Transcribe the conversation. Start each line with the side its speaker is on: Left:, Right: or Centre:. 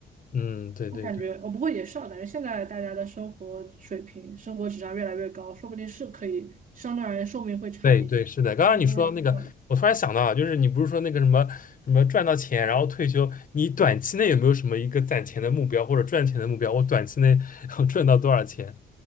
Left: 嗯，对对对。
Right: 我感觉，我不过也是啊，感觉现在大家的生活水平、生活质量越来越高，说不定是可以相对而言寿命会长一些。
Left: 对对，是的。刚刚你说到那个，
Right: 你说的也是道理。
Left: 我突然想到啊就是你不是说那个什么什么赚到钱，然后退休，你短期内有没有什么一个攒钱的目标或者赚钱的目标？我短期内要 <laughs> 赚到多少钱？